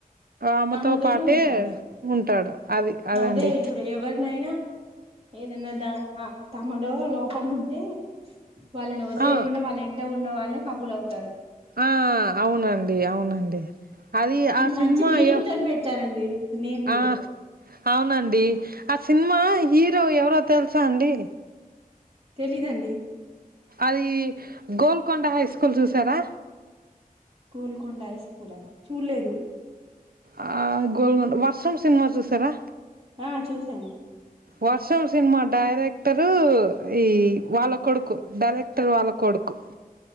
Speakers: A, on the right (about 85°); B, on the right (about 40°).
A: ఆమెతో
B: ఆమెతోనే
A: పాటే
B: ఉంటాడు
A: ఉంటాడు. అది అదండి
B: అదే ఇప్పుడు ఎవరినైనా ఏదన్నా ద తమలో లోపం ఉంటే. వాళ్ళని వదిలేయకుండా
A: ఆ
B: వాళ్ళ వెంట ఉన్న వాళ్ళే కపుల్ అవుతా
A: ఆ అవునండి అవునండి అది
B: దీనికి
A: ఆ సినిమా
B: మంచి మీనింగ్
A: అయ్యో
B: తోని పెట్టారండి నేమ్ కూడా
A: ఆ అవునండి ఆ సినిమా హీరో ఎవరో తెలుసా అండి
B: తెలియదండి
A: అది గోల్కొండ హై స్కూల్ చూసారా
B: కోల్కొండ హై స్కూల్ చూడలేదు
A: ఆ గోల్ వర్షం సినిమా చూసారా
B: ఆ చూసాను
A: వర్షం సినిమా డైరెక్టరు ఈ వాళ్ళ కొడుకు డైరెక్టర్ వాళ్ళ కొడుకు <inaudible>